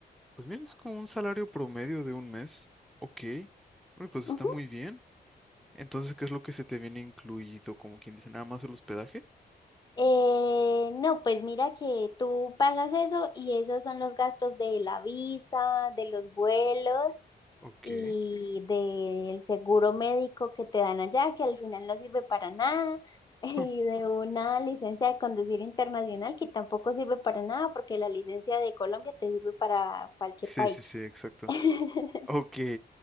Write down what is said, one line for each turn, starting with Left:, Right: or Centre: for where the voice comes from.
Centre: pues mira, es como un salario promedio de un mes. Ok. Uy, Pues
Left: Ujú.
Centre: está muy bien. Entonces, ¿qué es lo que se te viene incluido? Como quien dice, nada más el hospedaje.
Left: Eh, no, pues mira que tú pagas eso y esos son los gastos de la visa, de los vuelos
Centre: Ok.
Left: y del seguro médico que te dan allá, que al final no sirve para nada, <laughs>
Centre: <laughs>
Left: y de una licencia de conducir internacional que tampoco sirve para nada porque la licencia de Colombia te sirve para cualquier
Centre: Sí,
Left: país.
Centre: sí, sí, exacto.
Left: <laughs>
Centre: Ok,